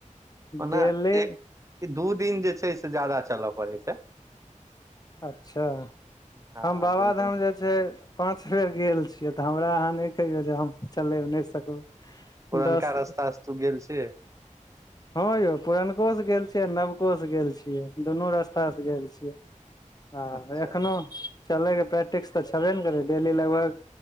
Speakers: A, on the right; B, on the left.
A: ओना
B: डेली
A: एक दू दिन जे छैय से ज्यादा चलय पड़ैत छैयय
B: अच्छा
A: हँ
B: हम बाबाधाम
A: दू दिन
B: जा जे पाँच बेर गेल छियै तऽ हमरा अहाँ नहि कहियौ जे हम चलय नहि सकबै
A: पुरनका
B: दस
A: रस्तासे तु गेल छिहिं
B: हँं यौ पुरनको से गेल छियै आ नवको से गेल छियै दुनू रास्तासँ गेल छियै हँ
A: अच्छा
B: एखनो चलयके प्रैक्टिस तऽ छबे ने करै डेली लगभग